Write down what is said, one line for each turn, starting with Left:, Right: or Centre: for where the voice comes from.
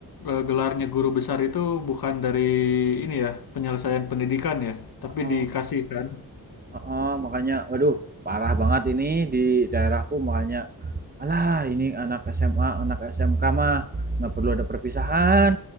Left: eh, gelarnya guru besar itu bukan dari ini ya penyelesaian pendidikan ya tapi
Right: Heeh,
Left: dikasih kan
Right: heeh, makanya waduh parah banget ini di daerahku makanya alah ini anak SMA, anak SMK mah nggak perlu ada perpisahan.